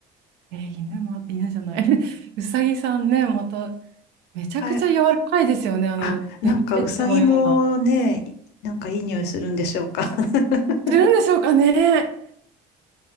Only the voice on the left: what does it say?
はい。
あ、なんか、
うさぎもね、なんかいい匂いするんでしょうか。<laughs>